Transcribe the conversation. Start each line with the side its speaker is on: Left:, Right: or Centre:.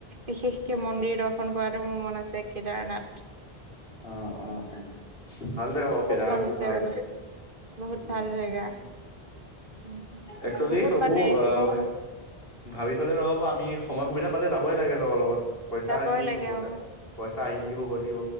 Right: বিশেষ মন্দিৰ দৰ্শন কৰাটো মোৰ মন আছে কেদাৰনাথ
Left: অ অ অ ভাল জেগা বও ফৰাঙাৰ
Right: খুব মন
Left: ফুত
Right: আছে
Left: ভাল
Right: মানে
Left: জেগা
Right: বহুত
Left: উ
Right: ভাল জেগা
Left: উ
Right: উম,
Left: একচুৱেলি
Right: বহুত
Left: হব
Right: মানে
Left: আহ
Right: বহু
Left: ভাবি থলে নহ'ব আমি সময় সুবিধা পালে যাবই লাগে লগৰ লগত পইচা
Right: যাবই
Left: কি
Right: লাগে
Left: নো পইচা
Right: আৰু
Left: পইচা আহি থাকিব গৈ থাকিব